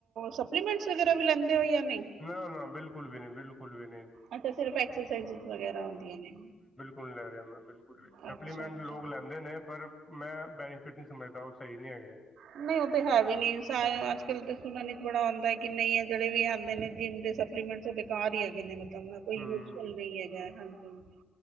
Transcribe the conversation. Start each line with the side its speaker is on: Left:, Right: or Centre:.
Right: ਸਪਲੀਮੈਂਟਸ ਵਗੈਰਾ ਵੀ ਲੈਂਦੇ ਹੋ ਜਾਂ ਨਹੀਂ?
Left: ਨਾ- ਨਾ ਬਿਲਕੁਲ ਵੀ ਨਹੀਂ ਬਿਲਕੁਲ ਵੀ ਨਹੀਂ।
Right: ਅਤੇ ਸਿਰਫ ਐਕਸਸਾਈਜ ਵਗੈਰਾ ਹੁੰਦੀਆਂ ਨੇ।
Left: ਹੁਣ ਲੈਂਦੇ ਬਿਲਕੁਲ ਵੀ ਨਹੀਂ ਸਪਲੀਮੈਂਟ
Right: ਅੱਛਾ-ਅੱਛਾ।
Left: ਲੋਕ ਲੈਂਦੇ ਨੇ। ਪਰ ਮੈਂ ਬੈਨੀਫਿਟ ਨੀ ਸਮਝਦਾ। ਉਹ ਸਹੀ ਨਹੀਂ ਹੈਗੇ
Right: ਨਹੀਂ ਉਹ ਤਾਂ ਹੈ ਵੀ ਨੀ‌। ਸਾਰੇ ਅੱਜ ਕੱਲ੍ਹ ਤਾਂ ਉਨਾ ਨੇ ਬੜਾ ਆਉਂਦਾ ਐ। ਕਿ ਨਹੀਂ ਹੈ ਜਿਹੜੇ ਵੀ ਹੈਉਦੇ ਨੇ ਜਿੰਮ ਦੇ ਸਪਲੀਮੈਂਟਸ ਉਹ ਬੇਕਾਰ ਹੀ ਐਗੇ ਨੇ। ਕਰਨਾ ਕੋਈ
Left: ਹੂੰ
Right: ਯੂਜਫੁਲ ਨਹੀਂ ਹੈਗਾ। ਹਾਂਜੀ-ਹਾਂਜੀ